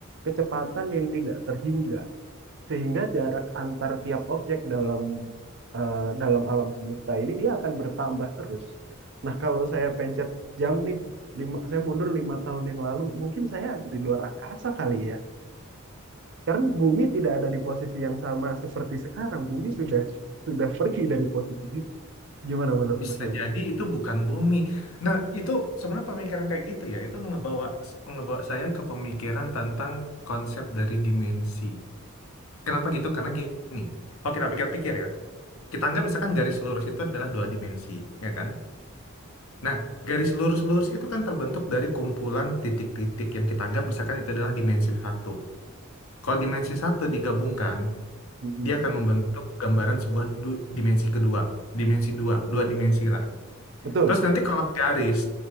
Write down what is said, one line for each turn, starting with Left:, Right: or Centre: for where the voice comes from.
Right: kecepatan yang tidak terhingga sehingga jarak antar tiap objek dalam eh, dalam alam semesta ini dia akan bertambah terus. Nah, kalau saya pencet jam nih, lima, saya mundur lima tahun yang lalu, mungkin saya ada di luar angkasa kali ya. Karena bumi tidak ada di posisi yang sama seperti sekarang. Bumi sudah sudah pergi dari posisi itu. Gimana menurut
Left: bisa
Right: Mas Yoma?
Left: jadi itu bukan bumi. Nah, itu sebenarnya pemikiran kayak gitu ya, itu ngebawa ngebawa saya ke pemikiran tentang konsep dari dimensi. Kenapa gitu? Karena gini, kalau kita pikir-pikir ya, kita anggap misalkan garis lurus itu adalah dua dimensi, ya kan? Nah, garis lurus-lurus itu kan terbentuk dari kumpulan titik-titik yang kita anggap misalkan itu adalah dimensi satu. Kalau dimensi satu digabungkan,
Right: Mm-mm.
Left: dia akan membentuk gambaran sebuah du- dimensi kedua, dimensi dua, dua dimensi lah.
Right: Betul,
Left: Terus nanti kalau garis,